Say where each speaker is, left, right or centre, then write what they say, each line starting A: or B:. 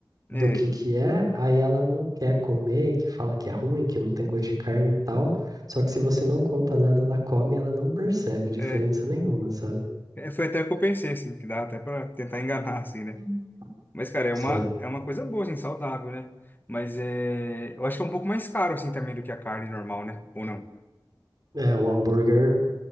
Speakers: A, on the right; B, on the left.
A: do
B: É.
A: que que é, aí ela não quer comer, que fala que é ruim, que não tem gosto de carne e tal. Só que se você não conta nada, ela come e ela não percebe diferença
B: É,
A: nenhuma, sabe?
B: É, foi até o que eu pensei, assim, que dá até pra tentar enganar, <laughs> assim, né?
A: Hum.
B: Mas, cara, é
A: Sim.
B: uma, é uma coisa boa, assim, saudável, né? Mas é, eu acho que é um pouco mais caro, assim, também do que a carne normal, né? Ou não?
A: É, o hambúrguer